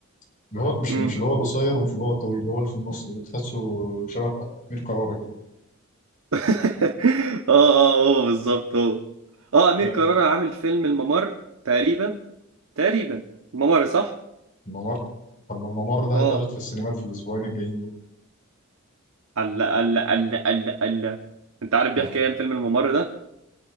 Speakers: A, on the left (about 40°); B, on the right (about 80°).
A: اللي هو مش
B: امم
A: مش اللي هو القصير ومش اللي هو الطويل اللي هو اللي في النص ده تحسه شبه أمير كرارة كده
B: <laughs> اه اه هو بالظبط هو اه امير
A: يعني
B: كرارة عامل فيلم الممر تقريبا تقريبا الممر صح
A: الممر طب ما الممر ده
B: اه
A: هيتعرض في السينمات في الأسبوعين الجايين دول
B: الله الله الله الله الله انت عارف
A: طب
B: بيحكي ايه عن فيلم الممر ده